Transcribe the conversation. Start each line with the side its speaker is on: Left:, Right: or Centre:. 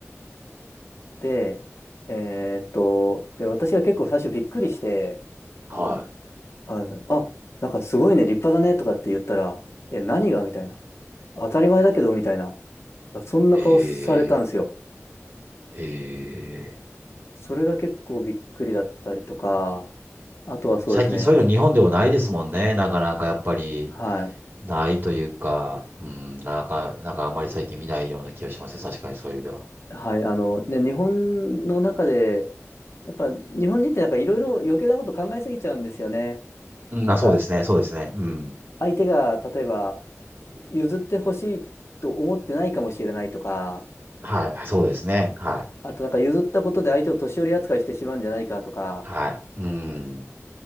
Left: で、えーっと、で、私が結構最初びっくりして、あの、
Right: は
Left: あの、あ、なんかすごいね、立派だねとかって言ったら、え、何がみたいな。当たり前だけどみたいな。そんな顔されたんですよ。
Right: い。へえ。へえ。
Left: それが結構びっくりだったりとか、あとはそうですね。
Right: 最近そういうの日本でもないですもんね。なかなかやっぱり。
Left: はい。
Right: ないというか、うん、なんか、なんかあまり最近見ないような気がしますね。確かにそういう意味では。
Left: はい。あの、ね、日本の中で、やっぱ日本人ってなんかいろいろ余計なこと考えすぎちゃうんですよね。
Right: うん、
Left: なんか
Right: あ、そうですね、そうですね。うん。
Left: 相手が例えば譲ってほしいと思ってないかもしれないとか、
Right: はい、そうですね。はい。
Left: あとなんか譲ったことで相手を年寄り扱いしてしまうんじゃないかとか、
Right: はい。うん。